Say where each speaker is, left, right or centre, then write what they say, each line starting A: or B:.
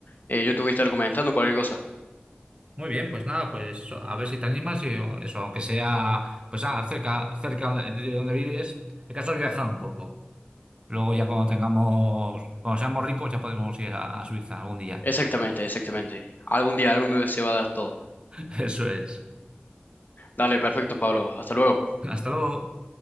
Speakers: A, on the left; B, on the right.
A: eh, yo te voy a estar comentando cualquier cosa.
B: Muy bien, pues nada, pues eso, a ver si te animas y eso, aunque sea, pues ah, cerca, cerca de donde vives, el caso es viajar un poco. Luego ya cuando tengamos, cuando seamos ricos ya podremos ir a, a Suiza algún día.
A: Exactamente, exactamente. Algún día, algún día se va a dar todo.
B: <laughs> Eso es.
A: Dale, perfecto, Pablo. Hasta luego.
B: Hasta luego.